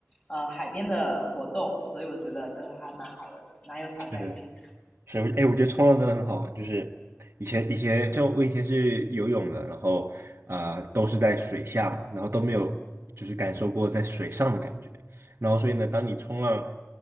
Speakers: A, on the left; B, on the right.
A: 呃海边的活动，所以我觉得就是还蛮好的，蛮有挑战性的。
B: 是。是，哎，我觉得冲浪真的很好玩。就是以前以前就我以前是游泳的，然后啊、呃都是在水下嘛，然后都没有就是感受过在水上的感觉。然后所以呢，当你冲浪